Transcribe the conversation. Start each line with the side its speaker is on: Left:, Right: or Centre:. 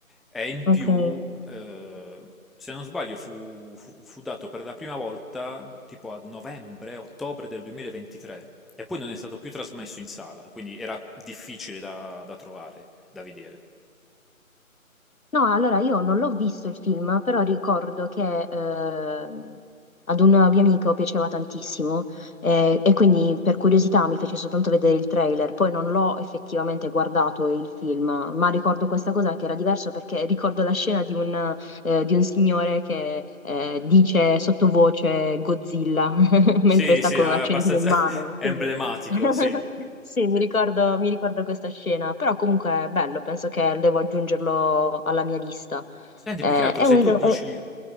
Centre: e in
Left: ok.
Centre: più, eh, se non sbaglio, fu, fu- fu dato per la prima volta tipo a novembre, ottobre del 2023, e poi non è stato più trasmesso in sala, quindi era difficile da, da trovare, da vedere.
Left: No, allora io non l'ho visto il film, però ricordo che ehm, ad un mio amico piaceva tantissimo eh, e quindi per curiosità mi fece soltanto vedere il trailer, poi non l'ho effettivamente guardato il film, ma ricordo questa cosa che era diverso perché ricordo la scena di un, eh, di un signore che eh, dice sottovoce Godzilla <laughs> mentre
Centre: Sì,
Left: sta
Centre: sì,
Left: con
Centre: è abbastanza
Left: un accendino in mano.
Centre: <laughs> emblematico,
Left: <laughs>
Centre: sì.
Left: Sì,
Centre: Sì.
Left: mi ricordo, mi ricordo questa scena, però comunque è bello, penso che devo aggiungerlo alla mia lista.
Centre: Senti,
Left: Eh,
Centre: più che altro
Left: è
Centre: se
Left: un...
Centre: tu
Left: è-
Centre: dici...